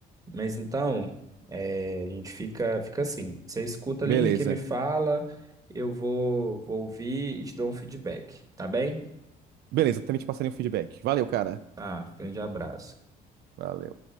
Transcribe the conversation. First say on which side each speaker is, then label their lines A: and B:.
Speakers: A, on the right; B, on the right.
A: Mas então, eh, a gente fica, fica assim. Você escuta,
B: Beleza.
A: Aline, que me fala, eu vou, vou ouvir e te dou um feedback, tá bem?
B: Beleza, também te passarei um feedback. Valeu, cara.
A: Ah, grande abraço.
B: Valeu.